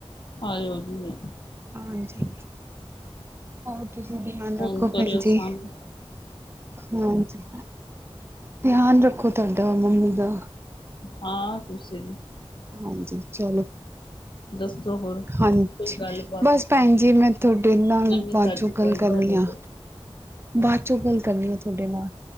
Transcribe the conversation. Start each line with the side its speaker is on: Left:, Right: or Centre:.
Left: ਆਇਓ ਠੀਕ ਐ
Right: ਹਾਂਜੀ, ਹਾਂ, ਤੁਸੀਂ ਧਿਆਨ
Left: ਫੋਨ
Right: ਰੱਖੋ
Left: ਕਰਿਓ
Right: ਭੈਣਜੀ,
Left: ਸਾਨੂੰ
Right: ਹਾਂਜੀ। ਧਿਆਨ ਰੱਖੋ ਤੁਹਾਡਾ ਮੰਮੀ ਦਾ
Left: ਹਾਂ ਤੁਸੀ ਵੀ
Right: ਹਾਂਜੀ ਚਲੋ।
Left: ਦੱਸੋ ਹੋਰ
Right: ਹਾਂਜੀ
Left: ਕੋਈ ਗੱਲਬਾਤ
Right: ਬਸ ਭੈਣ ਜੀ ਮੈਂ ਤੁਹਾਡੇ ਨਾਲ
Left: ਨਵੀਂ
Right: ਬਾਦ
Left: ਤਾਜ਼ੀ
Right: ਚੋਂ ਗੱਲ
Left: ਕੋਈ
Right: ਕਰਨੀ
Left: ਤੁਹਾਡੇ
Right: ਆ।
Left: ਕੋਲ
Right: ਬਾਅਦ ਚੋਂ ਗੱਲ ਕਰਨੀ ਆ ਤੁਹਾਡੇ ਨਾਲ